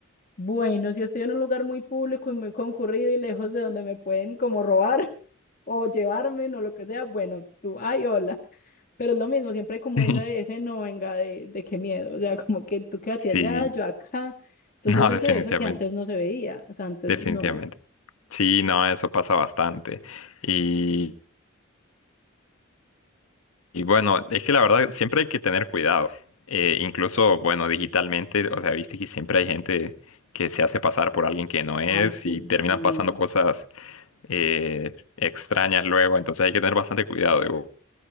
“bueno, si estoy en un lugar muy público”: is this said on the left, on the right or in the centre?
Left